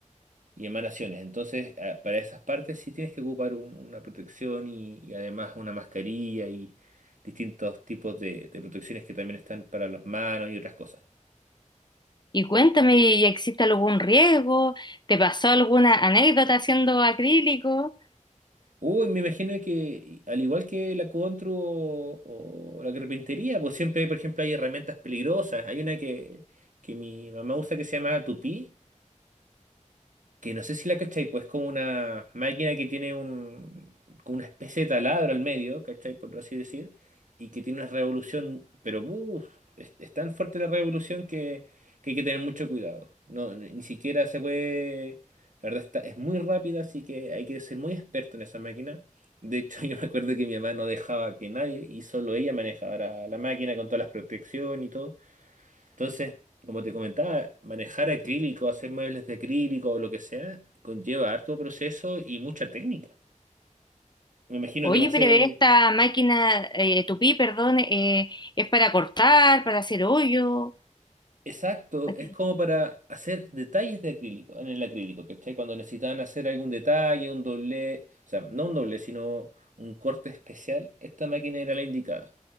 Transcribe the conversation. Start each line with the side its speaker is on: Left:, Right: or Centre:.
Right: y emanaciones. Entonces, a- para esas partes sí tienes que ocupar un- una protección y, y además una mascarilla y distintos tipos de, de protecciones que también están para las manos y otras cosas.
Left: Y cuéntame, ¿y ¿existe algún riesgo? ¿Te pasó alguna anécdota haciendo acrílico?
Right: Uy, me imagino que y- al igual que la contru o, o la carpintería, pues siempre, por ejemplo, hay herramientas peligrosas. Hay una que, que mi mamá usa que se llama tupí que no sé si la cachai, pues es como una máquina que tiene un, como una especie de taladro al medio, ¿cachai? Por así decir, y que tiene una revolución, pero uff, es, es tan fuerte la revolución que, que hay que tener mucho cuidado. No, ni ni siquiera se puede, la verdad está, es muy rápida, así que hay que ser muy experto en esa máquina. De hecho, <laughs> yo me acuerdo que mi mamá no dejaba que nadie, y solo ella manejara la máquina con todas las protecciones y todo. Entonces, como te comentaba, manejar acrílico, hacer muebles de acrílico o lo que sea, conlleva harto proceso y mucha técnica. Me imagino
Left: Oye,
Right: que va a ser
Left: pero esta máquina, eh, tupí, perdón, eh, es para cortar, para hacer hoyo.
Right: exacto,
Left: Aquí.
Right: es como para hacer detalles de acrílico, en el acrílico, ¿cachai? Cuando necesitaban hacer algún detalle, un doble, o sea, no un doble, sino un corte especial, esta máquina era la indicada,